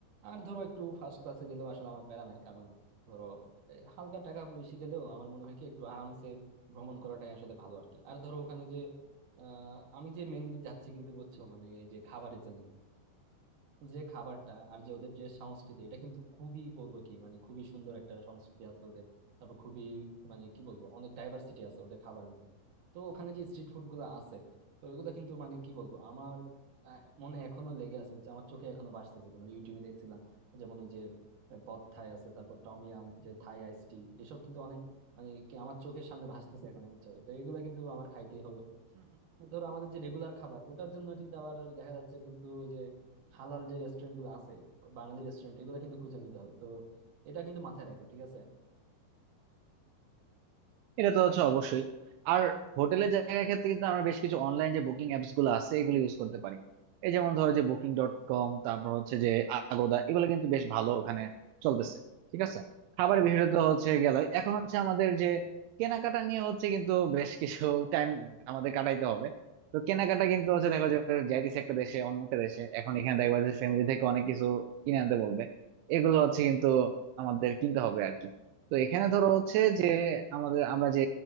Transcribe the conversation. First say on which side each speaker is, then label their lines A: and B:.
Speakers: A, on the right; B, on the right.
A: আর ধরো একটু ফার্স্ট ক্লাসে গেলেও আসলে আমার প্যারা নাই কারণ ধরো এই, হালকা টাকা বেশি গেলেও আমার মনে হয় কি একটু আরামসে ভ্রমণ করাটাই আসলে ভালো আর কি আর ধরো ওখানে যে আহ আমি যে মেনলি যাচ্ছি কিন্তু বুঝছো মানে এই যে খাবারের জন্য যে খাবারটা আর যে ওদের যে সংস্কৃতি এটা কিন্তু খুবই বলবো কি মানে খুবই সুন্দর একটা সংস্কৃতি আছে ওদের তারপর খুবই মানে কি বলবো অনেক ডাইভার্সিটি আছে ওদের খাবারের মধ্যে তো ওখানে যে স্ট্রিট ফুড গুলো আছে তো এগুলো কিন্তু মানে কি বলবো আমার আহ, মনে এখনো লেগে আছে হচ্ছে আমার চোখে এখনো ভাসতেছে তোমার ইউটিউবে দেখছিলাম যেমন ওই যে আহ, পদ থাই আছে তারপর টমিয়াম যে থাই আইস টি এসব কিন্তু অনেক মানে কি আমার চোখের সামনে ভাসতেছে এখন বুঝছো তো এগুলো কিন্তু আমার খাইতেই হবে ধরো আমাদের যে রেগুলার খাবার ওটার জন্য কিন্তু আবার দেখা যাচ্ছে কিন্তু ওই যে হালাল যে রেস্টুরেন্ট গুলো আছে বাঙালি রেস্টুরেন্ট এগুলো কিন্তু খুঁজে নিতে হবে তো এটা কিন্তু মাথায় রাখবো ঠিক আছে
B: এটা তো হচ্ছে অবশ্যই আর হোটেলের জায়গার ক্ষেত্রে কিন্তু আমরা বেশ কিছু অনলাইন যে বুকিং অ্যাপস গুলো আছে এগুলো ইউজ করতে পারি এই যেমন ধরো যে বুকিং ডট কম তারপর হচ্ছে যে আগোদা এগুলো কিন্তু বেশ ভালো ওখানে চলতেছে ঠিক আছে খাবারের
A: হুম।
B: বিষয়টা তো হচ্ছে গেল এখন হচ্ছে আমাদের যে কেনাকাটা নিয়ে হচ্ছে কিন্তু বেশ কিছু টাইম আমাদের কাটাইতে হবে তো কেনাকাটা কিন্তু হচ্ছে দেখো যে যাইতেছে একটা দেশে অন্য একটা দেশে এখন এখানে দেখবা যে ফ্যামিলি থেকে অনেক কিছু কিনে আনতে বলবে এগুলো হচ্ছে কিন্তু আমাদের কিনতে হবে আর কি তো এখানে ধরো হচ্ছে যে আমাদের আমরা যে